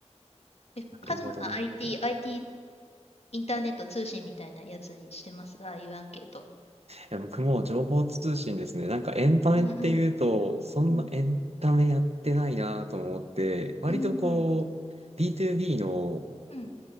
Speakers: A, on the left (about 60°); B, on the right (about 65°).
A: う。え、
B: なるほど、
A: カズマさん
B: なるほど。
A: IT、
B: い
A: IT、アイティーインターネット通信みたいなやつにしてますああいうアンケート。
B: や僕も情報通信ですね。なんかエンタメっていうと、
A: うんうん。
B: そんなエンタメやってないなと思って、
A: うん。
B: 割とこう、
A: うんうん。
B: B2B の
A: うん